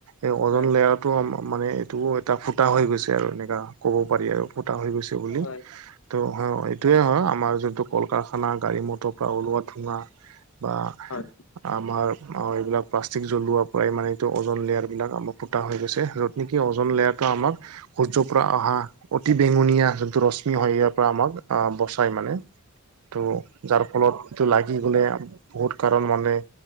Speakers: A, on the right (about 80°); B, on the left (about 70°).
A: এই অজন
B: হয়
A: লেয়াৰত টো মানে এইটোও এটা ফুটা হৈ গৈছে আৰু এনেকা ক'ব পাৰি আৰু ফুটা হৈ গৈছে। বুলি
B: হয়
A: ত হয় এইটোয়ে হয় আমাৰ যোনটো কল কাৰখানাৰ গাড়ী মটৰৰ পৰা ওলোৱা ধোৱা বা
B: হয়।
A: আমাৰ অ' এইবিলাক প্লাষ্টিক জ্বলোৱাৰ পৰাই মানে এইটো অজন লেয়াৰ বিলাক আমাৰ ফুটা হৈ গৈছে য'ত নেকি অজন লেয়ৰটো আমাক সূৰ্যৰ পৰা অহা অতি বেঙুনীয়া যোনটো ৰশ্মি হয় ইয়াৰ পৰা আমাক বচায় মানে। ত' যাৰ ফলত এইটো লাগি গ'লে বহুত কাৰণ মানে